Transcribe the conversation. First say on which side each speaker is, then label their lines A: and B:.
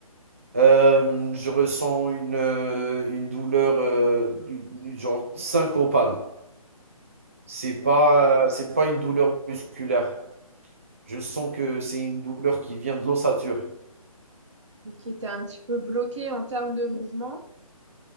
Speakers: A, on the right; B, on the right.
A: Euh, je ressens une, euh, une douleur, euh, une- une- genre syncopale. C'est pas, euh, c'est pas une douleur musculaire. Je sens que c'est une douleur qui vient de l'ossature.
B: et qui était un petit peu bloqué en termes de mouvement.